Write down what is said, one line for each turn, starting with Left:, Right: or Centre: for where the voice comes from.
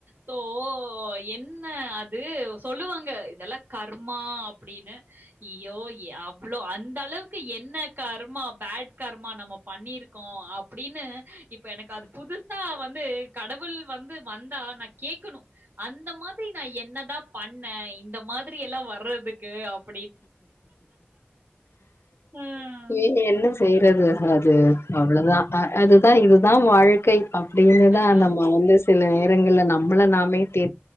Right: சோ என்ன அது சொல்லுவாங்க இதெல்லா கர்மா அப்படின்னு ஐயோ அவ்வளோ அந்த அளவுக்கு என்ன கர்மா பேட் கர்மா நம்ம பண்ணிருக்கோ அப்படின்னு இப்ப எனக்கு அது புதுசா வந்து கடவுள் வந்து வந்தா நா கேட்கணு அந்த மாதிரி நா என்னதா பண்ணே இந்த மாதிரி எல்லா வர்றதுக்கு அப் ம்.
Left: ஏ என்ன செய்யறது அது அவ்வளதா அ அதுதா இதுதா வாழ்க்கை அப்படின்னுதா
Right: ஆ
Left: நம்ப வந்து சில நே ரங்கலா நம்மள நாமே தே